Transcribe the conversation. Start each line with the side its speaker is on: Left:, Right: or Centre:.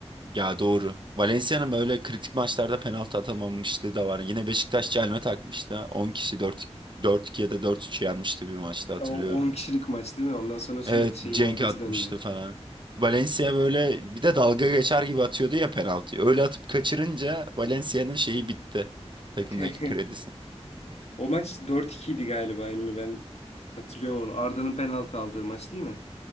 Right: Ya doğru. Valencia'nın böyle kritik maçlarda penaltı atamamışlığı da var. Yine Beşiktaş çelme takmıştı. 10 kişi 4 4-2 ya da 4-3 yenmişti bir maçta hatırlıyorum.
Left: Ama O 10 kişilik maç değil mi? Ondan sonra sürekli
Right: Evet
Left: şey
Right: Cenk
Left: muhabbeti
Right: atmıştı
Left: döndü.
Right: falan. Valencia böyle bir de dalga geçer gibi atıyordu ya penaltıyı. Öyle atıp kaçırınca Valencia'nın şeyi bitti. Takımdaki
Left: <laughs>
Right: kredisi.
Left: O maç 4-2 idi galiba emmi ben hatırlıyorum onu. Arda'nın penaltı aldığı maç değil mi?